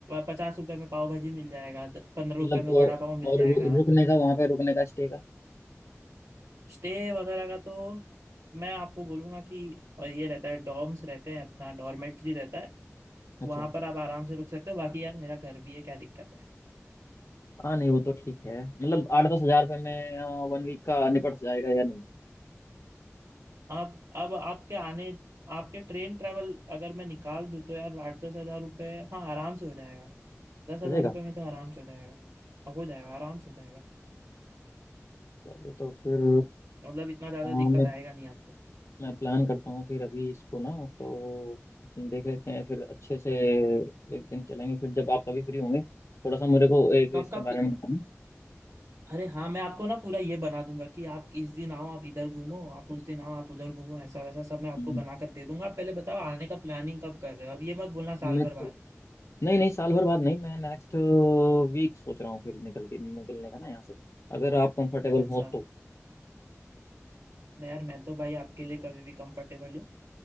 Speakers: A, on the right; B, on the left.
A: पचास रुपए में पाव भाजी मिल जाएगा पंद्रह रुपए
B: मतलब
A: में
B: अ,
A: वड़ा पाव मिल
B: और
A: जाएगा
B: रु, रुकने का वहाँ पे रुकने का स्टे का
A: स्टे वगैरह का तो मैं आपको बोलूंगा कि और ये रहता है डॉर्म्स रहते हैं अपना डॉर्मेट्री रहता है
B: अच्छा
A: वहां पर आप आराम से रुक सकते हो बाकी यार मेरा घर भी है क्या दिक्कत है
B: हाँ नहीं वो तो ठीक है मतलब आठ दस हजार रुपये में वन वीक का निपट जाएगा या नहीं
A: आप अब आपके आने आपके ट्रेन ट्रेवल अगर मैं निकाल दूँ तो यार आठ दस हजार रुपये हाँ आराम से हो जाएगा दस हजार
B: हो जाएगा
A: रुपये में तो आराम से हो जाएगा अब हो जाएगा आराम से हो जाएगा
B: चलिए तो फिर
A: मतलब इतना ज़्यादा
B: अ,
A: दिक्कत
B: मैं
A: आएगा नहीं आपको
B: मैं प्लान करता हूँ फिर अभी इसको ना तो अपन देख लेते हैं फिर अच्छे से एक दिन चलेंगे फिर जब आप कभी फ्री होंगे थोड़ा सा मेरे को एक
A: कब
B: इसके
A: का प्ल-
B: बारे में बताना
A: अरे हाँ मैं आपको ना पूरा ये बना दूंगा कि आप किस दिन आओ आप इधर घूमो आप उस दिन आओ आप उधर घूमो ऐसा वैसा सब मैं आपको
B: हम्म,
A: बना कर दे दूंगा आप पहले बताओ आने का प्लानिंग कब कर रहे हो अब ये मत बोलना
B: हम्म।
A: साल
B: मैं
A: भर
B: तो
A: बाद
B: नहीं नहीं साल भर बाद नहीं मैं नेक्स्ट वीक सोच रहा हूँ फिर निकल के निकलने का ना यहाँ से अगर आप कंफर्टेबल
A: अच्छा
B: हो तो,
A: नहीं यार मैं तो भाई आपके लिए कभी भी कंफर्टेबल हूँ